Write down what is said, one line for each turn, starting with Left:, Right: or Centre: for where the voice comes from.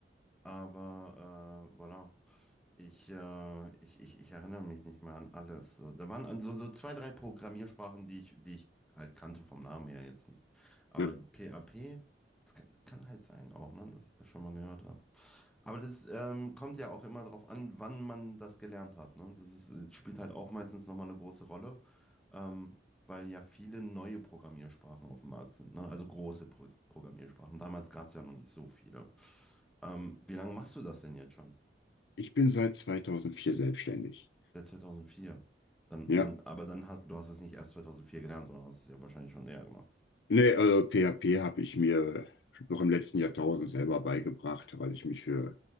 Centre: Aber äh, voilà. Ich, äh, ich, ich, ich erinnere mich nicht mehr an alles. So, da waren also so so zwei, drei Programmiersprachen, die ich, die ich halt kannte vom Namen her jetzt nicht. Aber
Left: Ja.
Centre: PHP, das kann, kann halt sein auch, ne, dass ich das schon mal gehört habe. Aber das ähm, kommt ja auch immer darauf an, wann man das gelernt hat. Ne? Das ist, äh, spielt halt auch meistens nochmal eine große Rolle ähm, weil ja viele neue Programmiersprachen auf dem Markt sind, ne? Also große Pro Programmiersprachen. Damals gab es ja noch nicht so viele. Ähm, wie lange machst du das denn jetzt schon?
Left: Ich bin seit 2004 selbstständig.
Centre: Seit 2004. Dann, und,
Left: Ja.
Centre: aber dann hast du hast es nicht erst 2004 gelernt, sondern hast es ja wahrscheinlich schon eher gemacht.
Left: Nee, also PHP habe ich mir noch im letzten Jahrtausend selber beigebracht, weil ich mich für